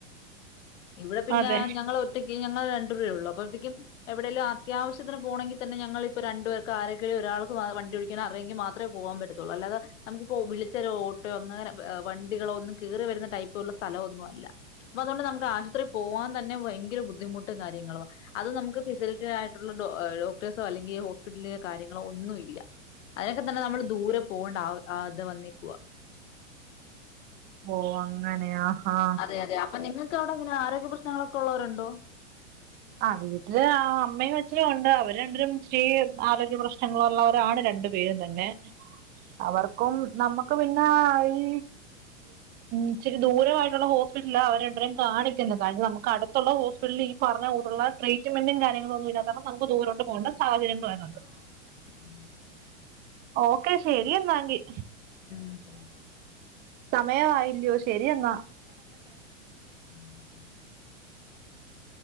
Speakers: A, on the left (about 70°); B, on the right (about 25°).
A: ഇവിടെ പിന്നെ
B: അതെ
A: ആ ഞങ്ങള് ഒറ്റയ്ക്ക് ഞങ്ങള് രണ്ടുപേരുള്ളു അപ്പത്തേക്കും എവിടെലും അത്യാവശ്യത്തിന് പോണെങ്കിൽ തന്നെ ഞങ്ങളിപ്പോ രണ്ടുപേർക്ക് ആരെക്കേ ഒരാൾക്ക് വണ്ടി ഓടിക്കാൻ അറിയങ്കിൽ മാത്രമേ പോവാൻ പറ്റത്തോള്ളൂ അല്ലാതെ നമുക്കിപ്പോൾ വിളിച്ചാൽ ഓട്ടയോ അങ്ങനെ വണ്ടികളോ ഒന്നും കേറി വരുന്ന ടൈപ്പ് ഉള്ള സ്ഥലം ഒന്നും അല്ല പ്പ അതുകൊണ്ട് നമുക്ക് ആശുത്രി പോവാൻ തന്നെ ഭയങ്കര ബുദ്ധിമുട്ടും കാര്യങ്ങളുവ. അത് നമുക്ക് ഫെസിലിറ്റി ആയിട്ടുള്ള ഡോ ഡോക്ടേഴ്സോ അല്ലെങ്കിൽ ഹോസ്പിറ്റലിലോ കാര്യങ്ങളോ ഒന്നും ഇല്ല. അതിനൊക്കെ തന്നെ നമ്മൾ ദൂരെ പോവണ്ട ആ അത് വന്നേക്കുവാ
B: ഓ അങ്ങനെയാ ആ
A: അതെ അതെ അപ്പൊ നിങ്ങ് അവിടെ അങ്ങനെ ആരോഗ്യ പ്രശ്നങ്ങളൊക്കെ ഒള്ളോരുണ്ടോ
B: ആ വീട്ടില് ആ അമ്മയും അച്ഛനും ഉണ്ട്. അവരണ്ടുരും ഇച്ചിരി ആരോഗ്യ പ്രശ്നങ്ങളുള്ളവരാണ് രണ്ടു പേരും തന്നെ. അവർക്കും നമ്മക്ക് പിന്നെ ഈ ഇച്ചിരി ദൂരമായിട്ടുള്ള ഹോസ്പിറ്റല അവരെണ്ടരും കാണിക്കുന്നത് കാരണം നമുക്ക് അടുത്തുള്ള ഹോസ്പിറ്റലി പറഞ്ഞ കൂടുള്ള ട്രീറ്റ്മെന്റും കാര്യങ്ങളൊന്നും ഇല്ലാത്ത കാരണം നമുക്ക് ദൂരോട്ട് പോകേണ്ട
A: ഉം ഉം
B: സാഹചര്യങ്ങൾ വരുന്നുണ്ട്
A: ഉ ആഹ് ഉ ഉ
B: ഓക്കെ ശരിയെന്നാങ്കി
A: ഉം പിന്നെ
B: സമയം ആയില്ലയോ ശരിയെന്നാ
A: <unintelligible>